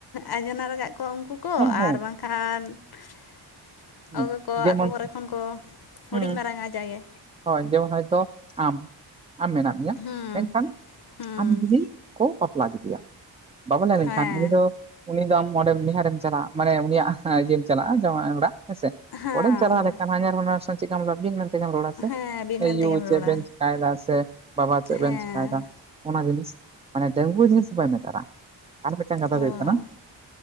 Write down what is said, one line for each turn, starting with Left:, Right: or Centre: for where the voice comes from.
Left: ᱟᱡᱷᱱᱟᱨᱟᱠᱟᱫ ᱠᱚᱣᱟ ᱩᱱᱠᱩ ᱠᱚ,
Right: ᱦᱮᱸ ᱦᱮᱸ
Left: ᱟᱨ ᱵᱟᱝᱠᱷᱟᱱ <unintelligible>
Right: ᱦᱩᱸ
Left: ᱠᱚ
Right: ᱡᱮᱢᱚᱱ
Left: ᱟᱠᱚ ᱠᱚᱨᱮ ᱠᱷᱚᱱ ᱠᱚ
Right: ᱦᱩᱸ
Left: ᱦᱩᱰᱤᱧ ᱢᱟᱨᱟᱝᱟ ᱡᱟᱜᱮ᱾
Right: ᱦᱳᱭ ᱡᱮᱢᱚᱱ ᱦᱚᱭᱛᱳ ᱟᱢ ᱟᱢ ᱢᱮᱱᱟᱜ ᱢᱮᱭᱟ,
Left: ᱦᱩᱸ
Right: ᱢᱮᱱᱠᱷᱟᱱ
Left: ᱦᱩᱸ
Right: ᱟᱢ ᱫᱤᱫᱤ ᱠᱚ ᱵᱟᱯᱞᱟ ᱠᱮᱫᱮᱭᱟ ᱵᱟᱯᱞᱟ
Left: ᱦᱮᱸ
Right: ᱞᱮᱱᱠᱷᱟᱱ ᱩᱱᱤ ᱫᱚ ᱩᱱᱤ ᱫᱚ ᱟᱢ ᱚᱸᱰᱮ ᱱᱤᱦᱟᱨᱮᱢ ᱪᱟᱞᱟᱜᱼᱟ, ᱢᱟᱱᱮ ᱩᱱᱤᱭᱟᱜ ᱤᱡᱟ. ᱢ ᱪᱟᱞᱟᱜᱼᱟ ᱡᱟᱶᱟᱭ ᱚᱲᱟᱜ᱾ ᱦᱮᱸᱥᱮ
Left: ᱦᱮᱸ
Right: ᱚᱸᱰᱮᱢ ᱪᱟᱞᱟᱣ ᱞᱮᱠᱷᱟᱱ ᱦᱟᱧᱟᱨ ᱦᱚᱱᱟᱨ ᱥᱟᱜ ᱪᱮᱫᱠᱟᱢ ᱨᱚᱲᱟ ᱵᱤᱱ ᱢᱮᱱᱛᱮ ᱥᱮ?
Left: ᱦᱮᱸ ᱵᱤᱱ ᱢᱮᱱ
Right: ᱮ ᱭᱩ
Left: ᱛᱮᱜᱮᱢ ᱨᱚᱲᱟ
Right: ᱪᱮᱫ ᱵᱮᱱ ᱪᱮᱠᱟᱭ ᱫᱟ, ᱥᱮ ᱵᱟᱵᱟ ᱪᱮᱫ
Left: ᱦᱮᱸ
Right: ᱵᱮᱱ ᱪᱮᱠᱟᱭ ᱫᱟ? ᱚᱱᱟ ᱡᱤᱱᱤᱥ ᱢᱟᱱᱮ ᱰᱟᱜᱩᱣᱟᱹ ᱡᱤᱱᱤᱥ ᱵᱟᱭ ᱢᱮᱴᱟᱨᱟ, ᱟᱨ ᱢᱤᱫᱴᱟᱱ ᱠᱟᱛᱷᱟ
Left: ᱦᱚᱸ
Right: ᱫᱚ ᱦᱩᱭᱩᱜ ᱠᱟᱱᱟ